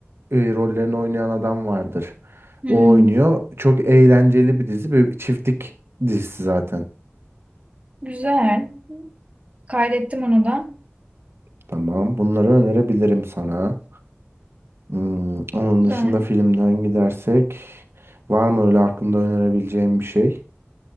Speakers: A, on the right; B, on the right.
A: e, rollerini oynayan adam vardır.
B: Hı.
A: O oynuyor. Çok eğlenceli bir dizi. Bir çiftlik dizisi zaten.
B: Güzel. Kaydettim onu da.
A: Tamam. Bunları önerebilirim sana. Hmm, onun
B: Güzel.
A: dışında filmden gidersek var mı öyle aklında önerebileceğim bir şey?